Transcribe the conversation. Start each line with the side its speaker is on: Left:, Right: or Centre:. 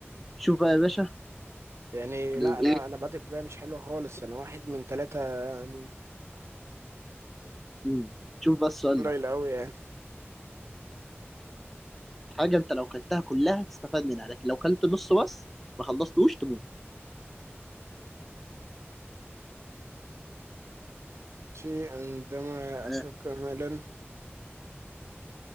Centre: شوف بقى يا باشا
Right: يعني
Centre: الإيه
Right: لا لا أنا بادئ بداية مش حلوة خالص أنا واحد من تلاتة يعني
Centre: مم. شوف بقى السؤال
Right: قليل
Centre: ده
Right: أوي يعني
Centre: حاجة أنت لو كلتها كلها تستفاد منها لكن لو كلت نص بس ما خلصتوش تموت
Right: شيء عندما
Centre: آه
Right: أكل كاملا